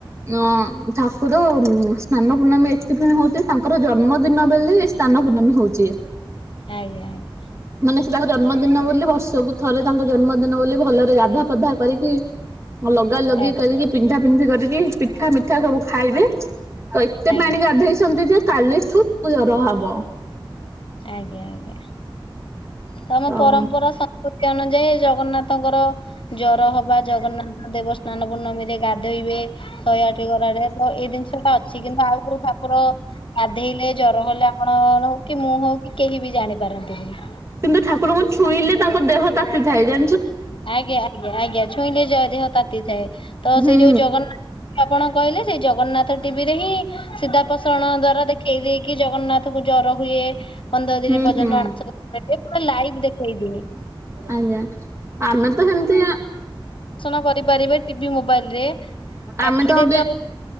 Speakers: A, on the right (about 30°); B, on the left (about 70°).
A: ଅ ଠାକୁର ସ୍ନାନ ପୂର୍ଣମୀ ଏଥିପାଇଁ ହଉଛି ତାଙ୍କର ଜନ୍ମଦିନ ବଲେ ସ୍ନାନ ପୂର୍ଣ୍ଣମୀ ହଉଛି।
B: ଆଜ୍ଞା ଆଜ୍ଞା।
A: ମାନେ ତାଙ୍କ ଜନ୍ମଦିନ ବୋଲି ବର୍ଷକୁ ଥରେ ତାଙ୍କ ଜନ୍ମଦିନ ବୋଲି ଭଲରେ ଗାଧା ପାଧା କରିକି ଲଗା ଲଗି
B: ଆଜ୍ଞା ଆଜ୍ଞା ଆଜ୍ଞା।
A: କରିକି ପିନ୍ଧା ପିନ୍ଧି କରିକି ପିଠା ମି ଠା ସବୁ ଖାଇବେ ତ ଏତେ
B: ଆଜ୍ଞା
A: ପାଣି ଗାଧେଇଛନ୍ତି ଯେ କାଲି ଠୁ ଜର ହବ।
B: ଆଜ୍ଞା ଆଜ୍ଞା। ତ ଆମ
A: ଆଉ
B: ପରମ୍ପରା ସଂସ୍କୃତି ଅନୁଯାୟୀ ଜଗନ୍ନାଥ ତାଙ୍କର ଜର ହବା ଜଗନ୍ନାଥ ଦେବ ସ୍ନାନ ପୂର୍ଣ୍ଣମୀରେ ଗାଧୋଇବେ ଶହେ ଆଠ ଗରାେରେ ତ ଏଇ ଜିନିଷ ଟା ଅଛି କିନ୍ତୁ ଆଉ କୋଉ ଠାକୁର ଗାଧେଇଲେ ଜର ହେଲେ ଆପଣ ହଉ କି ମୁଁ ହଉ କି କେହି ବି ଜାଣିପାରନ୍ତିନି।
A: କିନ୍ତୁ ଠାକୁରଙ୍କୁ ଛୁଇଁଲେ ତାଙ୍କ ଦେହ ତାତିଥାଏ ଜା
B: ଆଜ୍ଞା ଆଜ୍ଞା ଆଜ୍ଞା ଛୁଇଁଲେ ଜ ଦେହ ତାତିଥାଏ ତ
A: ହୁଁ
B: ସେ ଯୋଉ ଜଗନ୍ନାଥ ଆପଣ କହିଲେ ସେଇ ଜଗନ୍ନାଥ ଟିଭି ରେ ହିଁ ସିଧାପସାରଣ ଦ୍ଵାରା ଦେଖେଇ ଦେଇକି ଜଗନ୍ନାଥ କୁ ଜର ହୁଏ। ପନ୍ଦର
A: ହୁଁ
B: ଦିନି ପର୍ଯ୍ୟନ୍ତ
A: ହୁଁ
B: ଅଣ <inaudible> ପୁରା ଲାଇଭ ଦେଖେଇଦିଏ।
A: ଆଜ୍ଞା ଆମେ ତ ହେମତି
B: ଷନ କରିପାରିବେ ଟିଭି ମୋବାଇଲ ରେ
A: ଆମେ
B: ଆଖିରେ
A: ଏବେ
B: ତ